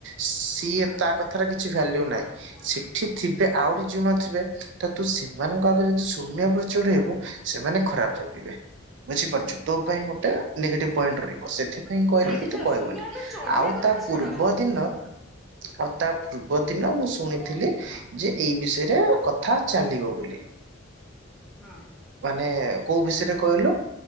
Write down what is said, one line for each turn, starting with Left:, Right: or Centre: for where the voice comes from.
Right: ସିଏ
Centre: ହଁ।
Right: ତା କଥାରେ କିଛି ଭାଲ୍ୟୁ
Centre: ହଁ
Right: ନାହିଁ ଏଠି ଥିବେ ଆହୁରି ଯେଉଁ ନଥିବେ ତ ତୁ ସେମାନଙ୍କ ଆଗରେ ଯଦି ସୋମ୍ୟ ଉପ କିଛି ଗୋଟେ ହବ ସେମାନେ ଖରାପ ଭାବିବେ ବୁଝିପାରୁଚୁ ତୋ ପାଇଁ ଗୋଟେ ନେଗେଟିଭ ପଏଣ୍ଟ ରହିବ ସେଥିପା କାହିଁକି କହିଲୁ
Centre: ସେଇଟା
Right: କି
Centre: ଛାଡ
Right: ତୁ କହିବୁନି
Centre: ସୌମ୍ୟ ଉପରେ ଚଢିବା
Right: ଆଉ
Centre: କଥା
Right: ତା
Centre: ଛାଡ।
Right: ପୂର୍ବ ଦିନ ଆଉ ତା ପୂର୍ବ ଦିନ ମୁଁ ଶୁଣିଥିଲି।
Centre: ହଁ
Right: ଯେ ଏଇ ବିଷୟରେ କଥା ଚାଲିବ ବୋଲି
Centre: ହଁ
Right: ମାନେ କୋଉ ବିଷୟରେ କହିଲୁ?